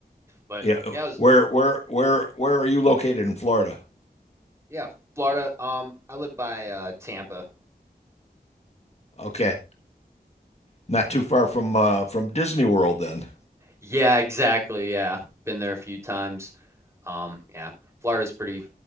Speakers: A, on the right; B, on the left.
A: But
B: Yeah.
A: yeah, it was
B: Where where where where are you located in Florida?
A: yeah, Florida. Um, I live by uh Tampa.
B: Okay. Not too far from uh, from Disney World then.
A: Yeah, exactly. Yeah. Been there a few times. Um, yeah. Florida's pretty